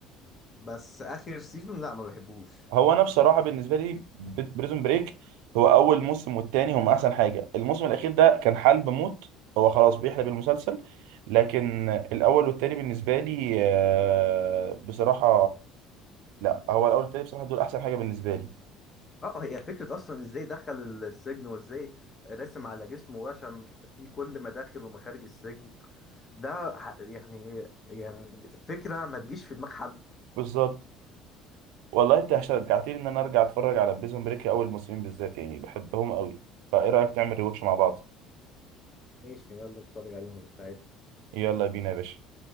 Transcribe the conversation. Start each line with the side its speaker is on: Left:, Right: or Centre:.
Left: بس اخر سيزون لا ما بحبوش
Right: هو انا بصراحه بالنسبه لي بريزون بريك هو اول موسم والتاني هم احسن حاجه الموسم الاخير ده كان حلب موت هو خلاص بيحلب المسلسل لكن الاول والتاني بالنسبه لي آه، بصراحه لا هو الاول والتاني بصراحه دول احسن حاجه بالنسبه لي
Left: اه آه، هي فكره اصلا ازاي دخل السجن وازاي رسم على جسمه وشم في كل مداخل ومخارج السجن ده ح- يعني يعني فكره ما تجيش في دماغ حد
Right: بالظبط والله انت شجعتني ان انا ارجع اتفرج على بريزون بريك اول موسمين بالذات يعني بحبهم قوي فايه رايك تعمل ريواتش مع بعض
Left: ماشي يلا نتفرج عليهم مش عادي
Right: يلا بينا يا باشا